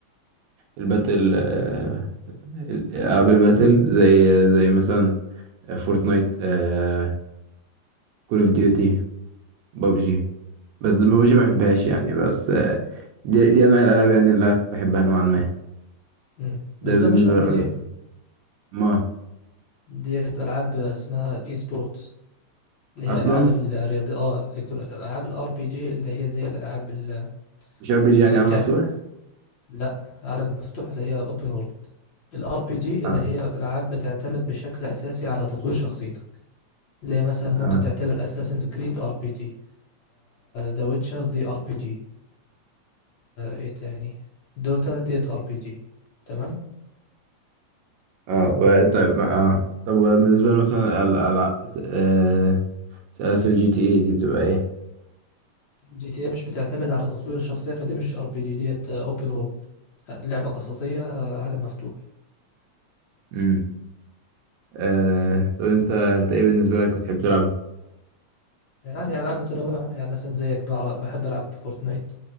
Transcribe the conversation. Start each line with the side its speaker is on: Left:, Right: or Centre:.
Right: الباتل آه ال- العاب الباتل زي زي مثلا فورتنايت آه كول اوف ديوتي بابجي بس ببجي ما
Left: مم.
Right: بحبهاش يعني بس آه، دي دي انواع الالعاب يعني اللي أنا بحبها نوعا ما
Left: مم. بس
Right: ده بالنسبه
Left: دول مش ار
Right: للار
Left: بي جي
Right: بي جي. ما
Left: ديت ألعاب اسمها اي سبورتس اللي
Right: اصلا
Left: هي ألعاب الرياضي اه الإلكترون- ألعاب الار بي جي اللي هي زي الألعاب ال-
Right: مش ار بي جي يعني
Left: اللي
Right: على
Left: بتاعت
Right: مفتوح
Left: لا عالم مفتوح اللي هي اوبن وورلد الار بي جي
Right: اه
Left: اللي هي الالعاب بتعتمد بشكل اساسي على تطوير شخصيتك زي مثلا ممكن
Right: اه
Left: تعتبر اساسنز كريد ار بي جي ذا ويتشر دي ار بي جي ايه تاني دوتا ديت ار بي جي تمام
Right: اه و- طيب ما- اه طب وبالنسبه مثلا ال ال آه، سلاسل جي تي اي دي بتبقى ايه
Left: جي تي اي مش بتعتمد على تطوير الشخصية فدي مش ار بي جي ديت اوبن وورلد لعبة قصصية آه، عالم مفتوح
Right: امم آه طب انت انت ايه بالنسبه لك بتحب تلعبها
Left: يعني العاب متنوعة يعني مثلا زيك بعر- بحب العب فورتنايت